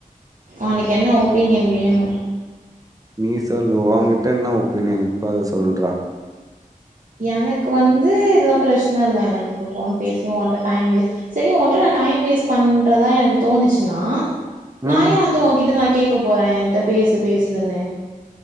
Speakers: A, on the right; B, on the right.
A: உனக்கு என்ன ஒப்பீனியன் வேணு
B: நீ சொல்லு உன்கிட்ட என்ன ஒப்பீனியனுக்கு அத சொல்ற
A: எனக்கு வந்து இதெல்லா பிரச்சன இல்ல எனக்கு இப்ப போன் பேசி ஒண்ட டைம் வேஸ்ட் சேரி உன்கிட்ட நா டைம் வேஸ்ட் பண்றதா எனக்கு தோணுச்சுன்னா நா
B: ம்
A: ஏ வந்து ஒங்கிட்ட நா கேக் போற என்ட பேசு பேசுனு